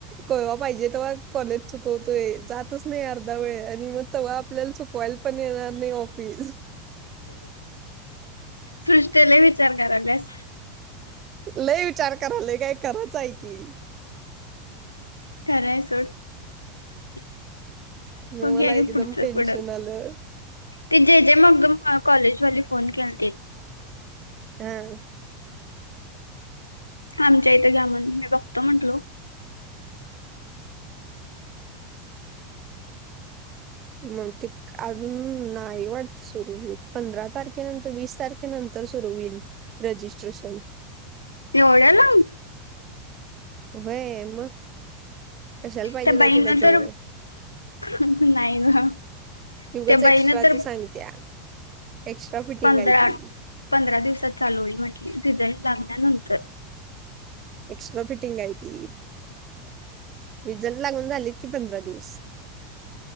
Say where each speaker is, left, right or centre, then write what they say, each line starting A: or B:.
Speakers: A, on the right; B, on the left.
A: कवा पाहिजे तेव्हा कॉलेज चुकवतोय जातच नाही अर्धा वेळ आणि मग तेव्हा आपल्याला च कोईल पण येणार नाही फी.
B: सृष्टीला विचार करालास.
A: लय विचार कराल काय खरच आहे की.
B: खरय आहे सोड हो
A: मग
B: अगे
A: मला एकदम
B: पुढचं
A: टेन्शन
B: पुढ
A: आलं
B: ते जे जे मग कॉलेजवाली फोन केलते.
A: हम्म
B: आमच्या इथं घ्या म्हण मी बघतो म्हंटलो.
A: मग ते अजून नाही वाटत सुरू होईल पंधरा तारखेनंतर वीस तारखेनंतर सुरू होईल रजिस्ट्रेशन.
B: एवढ्या लांब
A: व्हय मग कशाला पाहिजेल
B: त्या बाईना
A: आहे तुला
B: तर
A: जवळ
B: नाही ग
A: उगच
B: त्या
A: एक्स्ट्राच
B: बाईना तर
A: सांगत्या एक्स्ट्रा फिटिंग
B: पंधरा
A: आहे ती
B: पंधरा दिवसात चालू होईल म्हंटली. रिझल्ट लागल्यानंतर.
A: एक्स्ट्रा फिटिंग आहे ती रिझल्ट लागून झाली कि पंधरा दिवस.